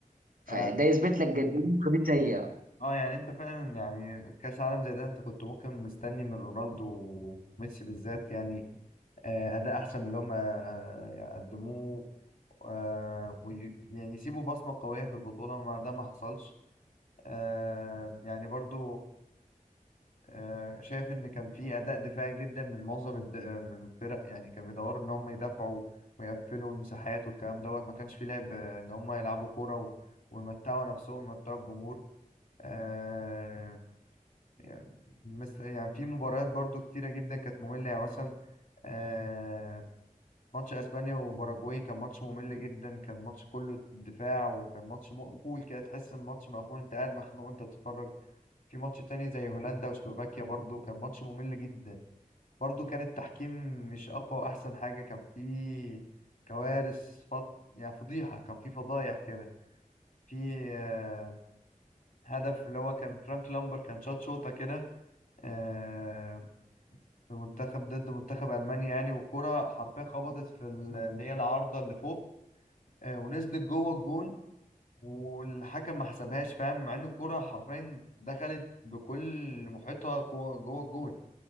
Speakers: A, on the right; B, on the left.
A: فده
B: اه
A: يثبت لك قد ايه القضيه
B: آه، يعني انت فعلا يعني كاس عالم زي ده انت كنت ممكن مستني من رونالدو وميسي بالذات يعني آه، اداء احسن من اللي هم آه، قدموه آه، وي- يعني يسيبوا بصمه قويه في البطوله ما ده ما حصلش آه، يعني برضو آه، شايف ان كان في اداء دفاعي جدا من معظم الد... آه، من الفرق يعني كانوا بيدوروا ان هم يدافعوا ويقفلوا المساحات والكلام دوت ما كانش في لعب آه، ان هم يلعبوا كوره و... ويمتعوا نفسهم ويمتعوا الجمهور آه يعني مثل يعني في مباريات برضو كتيره جدا كانت ممله يعني مثلا آه ماتش اسبانيا وباراجواي كان ماتش ممل جدا كان ماتش كله دفاع وكان ماتش مقفول كده تحس ان الماتش مقفول انت قاعد مخنوق انت بتتفرج في ماتش تاني زي هولندا وسلوفاكيا برضو كان ماتش ممل جدا برضو كان التحكيم مش أقوى وأحسن حاجة كان في كوارث فط... يعني فضيحة كان في فضايح كده في آه، هدف اللي هو كان فرانك لامبر كان شاط شوطة كده آه، في منتخب ضد منتخب ألمانيا يعني والكرة حرفيا خبطت في ال- اللي هي العارضة اللي فوق آه، ونزلت جوه الجون والحكم ما حسبهاش فاهم مع ان الكرة حرفيا دخلت بكل محيطها جوه جوه الجون